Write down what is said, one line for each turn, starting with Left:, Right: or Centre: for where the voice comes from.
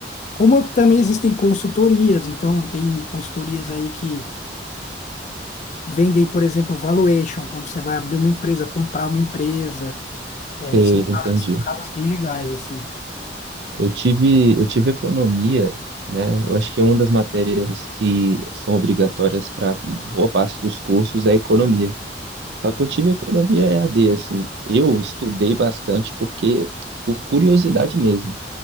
Left: Como também existem consultorias, então tem consultorias aí que vendem, por exemplo, valuation, quando você vai abrir uma empresa, comprar uma empresa. É,
Right: sei,
Left: são, ca-
Right: entendi.
Left: são casos bem legais, assim.
Right: Eu tive, eu tive economia, né? Eu acho que é uma das matérias que são obrigatórias para boa parte dos cursos é economia. Só que eu tive economia E a EAD, assim. Eu estudei bastante porque, por curiosidade mesmo,